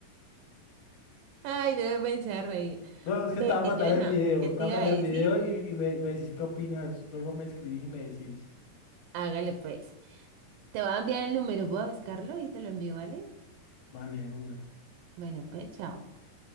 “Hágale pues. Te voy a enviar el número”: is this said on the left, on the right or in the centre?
Right